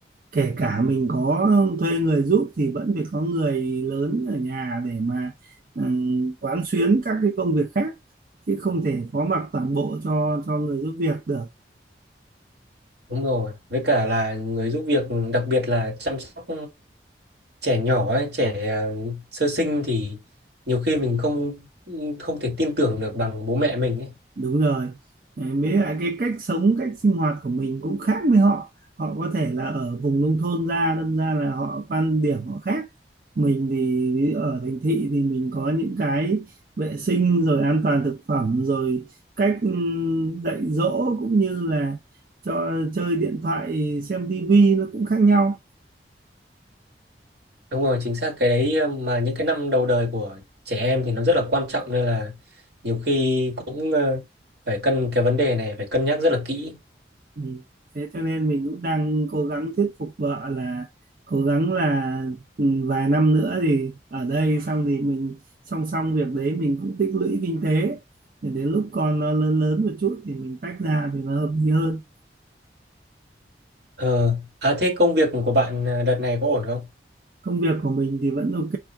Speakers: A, on the right (about 50°); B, on the right (about 75°).
A: kể cả mình có thuê người giúp thì vẫn phải có người lớn ở nhà để mà ừm, quán xuyến các cái công việc khác chứ không thể phó mặc toàn bộ cho cho người giúp việc được
B: đúng rồi với cả là người giúp việc đặc biệt là chăm sóc trẻ nhỏ ấy, trẻ ờ, sơ sinh thì nhiều khi mình không không thể tin tưởng được bằng bố mẹ mình ấy.
A: đúng rồi Đấy, mới lại cái cách sống cách sinh hoạt của mình cũng khác với họ họ có thể là ở vùng nông thôn ra đâm ra là họ quan điểm họ khác mình thì ví dụ ở thành thị thì mình có những cái vệ sinh rồi an toàn thực phẩm rồi cách ừm, dạy dỗ cũng như là cho chơi điện thoại xem tivi nó cũng khác nhau
B: đúng rồi chính xác cái đấy ờ, mà những cái năm đầu đời của trẻ em thì nó rất là quan trọng nên là nhiều khi cũng ờ, phải cân cái vấn đề này phải cân nhắc rất là kỹ
A: Ừ. Thế cho nên mình cũng đang cố gắng thuyết phục vợ là cố gắng là ừ, vài năm nữa thì ở đây xong thì mình song song việc đấy mình cũng tích lũy kinh tế để đến lúc con nó lớn lớn một chút thì mình tách ra thì nó hợp lý hơn.
B: ờ à thế công việc của bạn ờ, đợt này có ổn không
A: Công việc của mình thì vẫn ok,